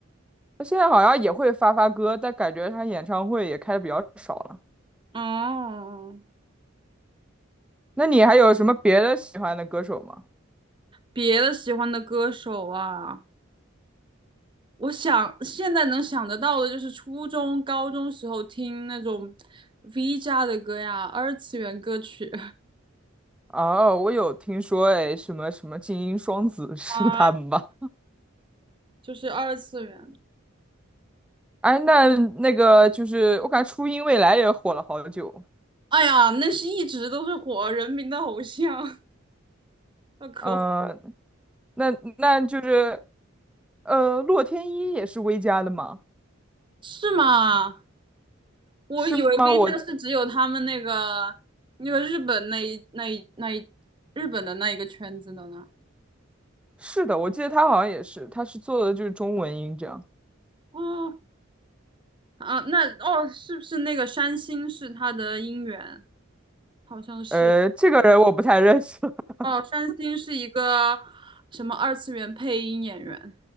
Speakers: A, in the centre; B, on the right.
A: 他现在好像也会发发歌，但感觉他演唱会也开的比较少了。
B: 哦，
A: 那你还有什么别的喜欢的歌手吗？
B: 别的喜欢的歌手啊，我想现在能想得到的就是初中、高中时候听那种 V 家的歌呀，二次元歌曲
A: 哦，我有听说，哎，什么什么精英双子 <laughs> 是他们吧？
B: <laughs> 啊，就是二次元。
A: 哎，那那个就是，我感觉初音未来也火了好久。
B: 哎呀，那是一直都是火人民的偶像，那可火
A: 呃，那那就是，呃，洛天依也是薇家的吗？
B: 是吗？我以为
A: 是吗？
B: V
A: 我
B: 社是只有他们那个那个日本那一那一那一日本的那一个圈子的呢。
A: 是的，我记得他好像也是，他是做的就是中文音这样。
B: 哦啊，那哦，是不是那个山新是他的音源？好像是
A: 呃，这个人我不太认识。<laughs>
B: 哦，山新是一个什么二次元配音演员，